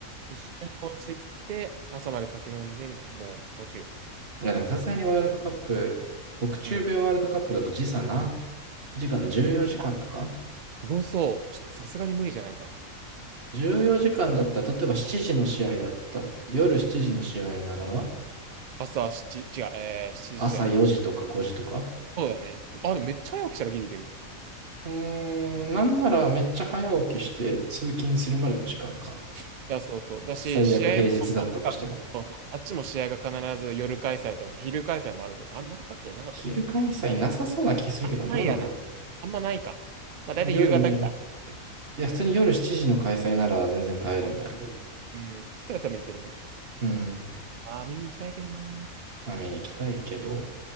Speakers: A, on the right (about 80°); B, on the right (about 45°).
A: 一緒に友達と行って朝まで酒飲んでみたいな。もうどうしよ。
B: いや、でもさすがにワールドカップ、北中米ワールドカップだと時差何
A: ううん。
B: 時間 ?14 時間とか
A: あ、すごそう。ちょっとさすがに無理じゃないか。
B: ?14 時間だったら、例えば7時の試合だった。夜7時の試合なら、
A: 朝7、違う、えー、しちじじゃなくて。
B: 朝4時とか5時とか。
A: そうだよね。あ、でもめっちゃ早起きしたらギリいける。
B: うーん、なんならめっちゃ早起きして通勤するまでの時間か。
A: いや、そうそう。だし、
B: 最悪平日だったとしても。
A: 試合あそうそうあっちも試合が必ず夜開催とか昼開催もあるとか、あ、なかったっけなかったっけ
B: 昼開催なさそうな気するけど、
A: あんまないやな。
B: どうなんだろうね
A: あんまないか。まあ大体夕方くらいって
B: 多分夜メイン。いや、普通に夜7時の開催なら全然耐えるんだけど。
A: うん。そしたら多分行けるね。
B: うん。
A: ああ、見に行きたいけどな。
B: まあ見に行きたいけど。